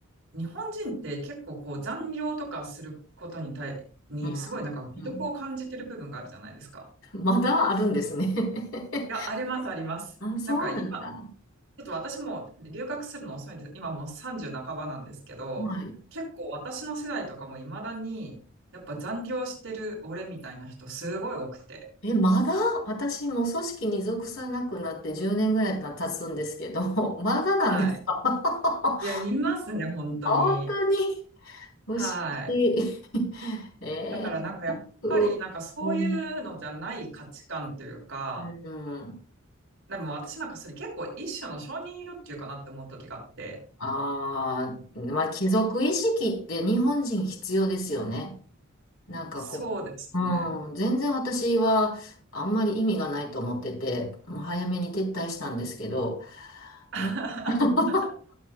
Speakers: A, on the right; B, on the left.
A: 日本人って結構こう残業とかすることに対、にすごいなんか魅力を感じてる部分があるじゃないですか。
B: うん、うん。まだあるんですね <laughs>
A: いや、あります、あります。
B: あ、そうなんだ。
A: なんか今、ちょっと私も留学するの遅いんです。今もう30半ばなんですけど、
B: はい。
A: 結構私の世代とかも未だに、やっぱ残業してる俺みたいな人すごい多くて。
B: え、まだ私も組織に属さなくなって10年ぐらい経つんですけど、<laughs> まだなんですか
A: はい。いや、いますね、本当に。
B: <laughs> 本当に不思議。
A: はい。
B: <laughs> えー、
A: だからなんかやっぱりなんかそういうのじゃない価値観というか、
B: 早くうん、うん
A: でも私なんかそれ結構一種の承認欲求かなって思う時があって、
B: ああ、まあ、貴族意識って日本人必要ですよね。なんかこう、
A: そうですね。
B: うん、全然私はあんまり意味がないと思ってて、もう早めに撤退したんですけど、
A: <laughs>
B: うん、<laughs>